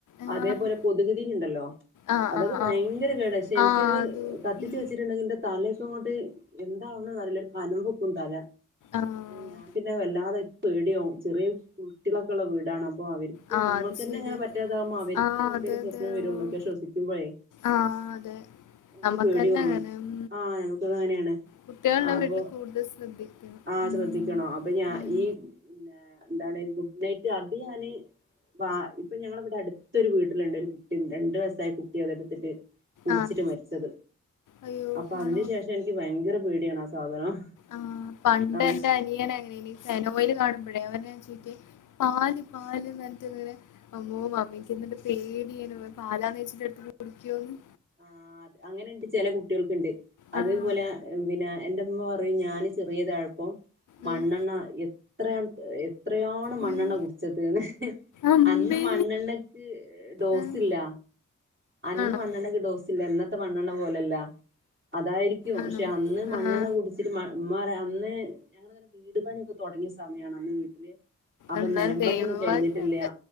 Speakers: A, on the left (about 75°); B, on the right (about 40°).
A: ആഹ്
B: അതേപോലെ കൊതുകുതിരിണ്ടല്ലോ
A: ആഹ്
B: അതൊക്കെ
A: ആഹ് ആഹ്
B: ഭയങ്കര കേട പക്ഷെ എനിക്കത്
A: ആഹ് അത്
B: കത്തിച്ചു
A: ഉം
B: വെച്ചിട്ടുണ്ടെങ്കിൽ ന്റെ തലയൊക്ക അങ്ങോട്ട് എന്താവ്ണെന്നറിയില്ല കനംമ്പൊക്കും തല
A: ആഹ്
B: ഞാൻ പിന്നെ വല്ലാതെ പേടിയാവും ചെറിയ കുട്ടികളൊക്കെ ഉള്ള വീടാണ് അപ്പൊ അപ്പൊ അവരിക്ക്
A: ആഹ്
B: നമ്മക്ക്
A: അത്
B: തന്നെ
A: ശരിയാ
B: ഇങ്ങനെ പറ്റാതാവുമ്പോ അവരിക്ക്
A: ആഹ്
B: എന്തേലും
A: അതെ
B: പ്രശ്നം
A: അതെ
B: വരുമോ
A: ഓഹ്
B: എന്നൊക്കെ ശ്വസിക്കുമ്പോഴേ
A: ആഹ് അതെ
B: എനിക്ക്
A: നമ്മക്കന്നെ
B: പേടി തോന്നും
A: അങ്ങനെ ഉം
B: ആ ഞമ്മക്കും അത് അങ്ങനെയാണ്
A: കുട്ടികളുള്ള
B: അപ്പൊ
A: വീട്ടില് കൂടുതൽ ശ്രദ്ധിക്കണം
B: ആ
A: ഉം
B: ശ്രദ്ധിക്കണോ അപ്പൊ ഞാൻ
A: ഉം
B: ഈ എന്താണ് കു നൈറ്റ് അത് ഞാന് വാ ഇപ്പൊ ഞങ്ങള ഇവിടെ അടുത്തൊരു വീട്ടിലുണ്ട് ഒരു കുട്ടി രണ്ടു വയസായ കുട്ടി അത് എടുത്തിട്ട് കുടിച്ചിട്ട്
A: ആഹ്
B: മരിച്ചത്
A: അയ്യോ
B: അപ്പൊ അതിന്
A: ആണോ
B: ശേഷം എനിക്ക് ഭയങ്കര പേടിയാണ് ആ സാധനം
A: ആഹ് പണ്ട്
B: നമ്മ
A: എന്റെ അനിയൻ അങ്ങനെനി ഫെനോയ ൽ കാണുമ്പോഴെ അവനത് ചോയ്ക്കും പാല് പാ പാല് നെൽത് വീണ് അമ്മോ മമ്മിക്ക്ന്ന്ട്ട് പേടിയേനു പാലാന്നേച്ചെട്ടെടുത്തു കുടിക്കു ക്കോന്ന്
B: ആ അത് അങ്ങനെണ്ട് ചെല കുട്ടികൾക്ക്ണ്ട് അതുപോലെ
A: ആഹ്
B: പിന്നെ എന്റെമ്മ പറയും ഞാന് ചെറിയതാഴപ്പം മണ്ണെണ്ണ
A: ഉം
B: എ എത്രയാണ് <unintelligible> എത്രയാണ് മണ്ണെണ്ണ
A: അയ്യോ
B: കുടിച്ചതന്ന്
A: അമ്മേ
B: അന്ന് മണ്ണെണ്ണക്ക് ഡോസില്ല
A: ആഹ്
B: അന്ന്
A: ആണോ
B: മണ്ണെണ്ണയ്ക്ക് ഡോസില്ലായിരു മണ്ണെണ്ണ പോലല്ല അതായിരിക്കും
A: ആണോ
B: പക്ഷെ അന്ന് മണ്ണെണ്ണ
A: ആഹ്
B: കുടിച്ചിട്ട് ഉമ്മാ മാ അന്ന് ഞങ്ങളങ്ങനെ വീട് പണിയൊക്കെ തുടങ്ങിയ സമയമാണ് അന്ന് വീട്ടില് അപ്പൊ
A: എന്നാൽ
B: നിലംമ്പണിയൊന്നും
A: ദൈവവാക്ക്യണ്ട്
B: കഴിഞ്ഞിട്ടില്ല